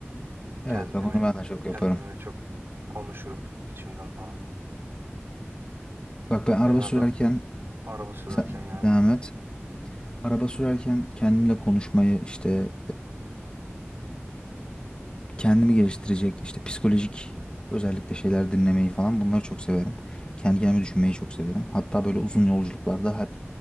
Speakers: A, on the left; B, on the right.
A: Evet
B: kendimi
A: bak onu ben de çok yaparım.
B: kendimle çok konuşurum içimden falan.
A: Bak ben araba
B: Genelde
A: sürerken
B: araba sürerken
A: sen-
B: yani.
A: devam et. Araba sürerken kendimle konuşmayı işte kendimi geliştirecek işte psikolojik özellikle şeyler dinlemeyi falan bunları çok severim. Kendi kendime düşünmeyi çok severim. Hatta böyle uzun yolculuklarda hep